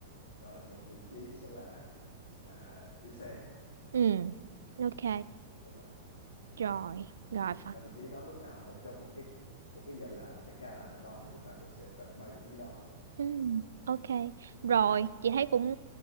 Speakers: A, on the left; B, on the right.
A: Rồi một vị trí sẽ là à, giữ xe.
B: ừ ok
A: Đúng
B: rồi rồi
A: thì ba vị trí đó lúc nào một trong một cái một cái giờ làm một cái ca làm nào đó thì lúc nào cũng sẽ cần ba vị trí đó
B: Ừ, ok
A: ừ.
B: rồi chị thấy cũng